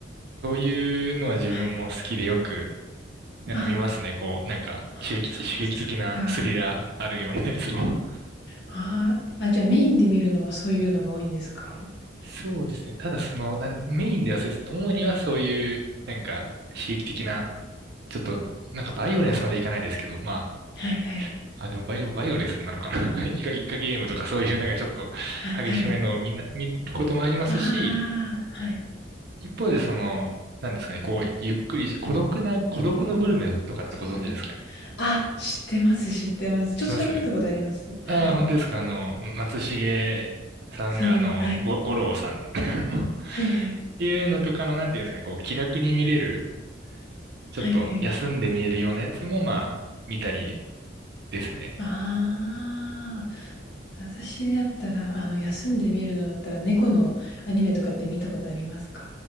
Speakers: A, on the right (about 60°); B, on the left (about 65°).
A: そういうのは自分も好きでよく
B: はいはい。
A: なんか見ますね、
B: あ、
A: こう、なんか刺激、
B: ほうなんですか。
A: 刺激的なスリラーあるようなやつを。
B: ああ、あ、じゃあメインで見るのはそういうのが多いんですか？
A: <laughs> そうですね。ただその、なん、メインではそうですね。主にはそういう、なんか、刺激的な、ちょっと、なんかバイオレンスまでいかないですけど、ま
B: はいはい。
A: あ、あ、でもバイオ、バイオレンスなのかな。<laughs> イカ、イカゲームとかそういうなんかちょっと激しめのをみんな、
B: はいはい。
A: 見ることもありますし、
B: ああ、はい。
A: 一方でその、なんですかね、こう、ゆっくりし、孤独な、孤独のグルメとかってご存知ですかね。
B: 孤独なあ、知ってます、知ってます。ちょっとだけ見たことあります。
A: 知ってます
B: はい。
A: ああ、本当ですか。あの、松重さんが、
B: さんの
A: あの、ご、五郎さんっていうあのっ
B: はいはい。
A: ていうのとかの、なんていうんですかね、こう、気楽に見れる、ちょっと休んで見れるようなやつも、
B: はいはい。はいはい
A: まあ、見たりですね。
B: ああ、私だったら、あの、休んで見るのだったら、猫のアニメとかって見たことありますか？